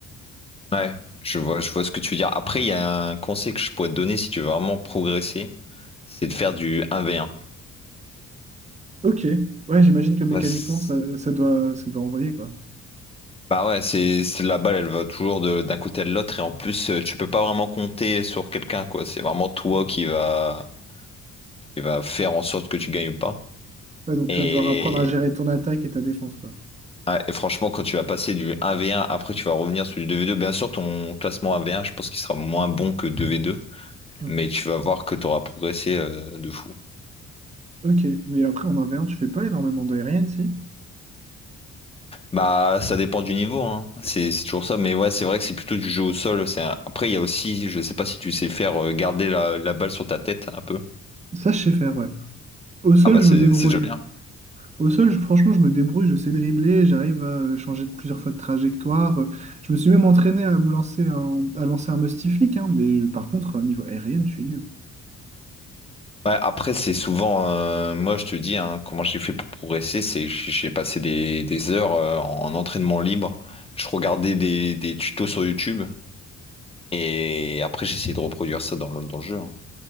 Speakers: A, on the left (about 20°); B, on the right (about 20°).
A: Ouais, je vois, je vois ce que tu veux dire. Après, il y a un conseil que je pourrais te donner si tu veux vraiment progresser, c'est de faire du un v 1
B: Ok, ouais, j'imagine que mécaniquement
A: Parce-
B: ça, ça doit, ça doit envoyer quoi.
A: Bah ouais, c'est c'est- la balle, elle va toujours de- d'un côté à l'autre et en plus euh, tu peux pas vraiment compter sur quelqu'un quoi. C'est vraiment toi qui va qui va faire en sorte que tu gagnes ou pas.
B: Ouais, donc
A: Et,
B: tu vas devoir apprendre à gérer ton attaque et ta défense quoi.
A: ouais, et franchement, quand tu vas passer du 1v1, après tu vas revenir sur du 2v2. Bien sûr, ton classement 1v1, je pense qu'il sera moins bon que 2v2,
B: Mhm.
A: mais tu vas voir que tu auras progressé euh, de fou.
B: Ok, mais après en 1v1, tu fais pas énormément d'aérienne si?
A: Bah, ça dépend du niveau, hein. C'est c'est toujours ça. Mais ouais, c'est vrai que c'est plutôt du jeu au sol. C'est un- Après, il y a aussi, je sais pas si tu sais faire euh, garder la, la balle sur ta tête un peu.
B: Ça, je sais faire, ouais. Au sol,
A: Ah bah
B: je
A: c'est
B: me débrouille.
A: c'est déjà bien.
B: Au sol, je- franchement, je me débrouille, je sais dribbler, j'arrive à euh, changer de plusieurs fois de trajectoire. euh, Je me suis même entraîné à me lancer un, à lancer un musty flick, hein, mais euh, par contre, au niveau aérien, je suis nul.
A: Ouais, après, c'est souvent, euh, moi je te dis, hein, comment j'ai fait pour progresser, c'est que j'ai passé des, des heures euh, en entraînement libre. Je regardais des, des tutos sur YouTube et après j'essayais de reproduire ça dans le, dans le jeu. hein.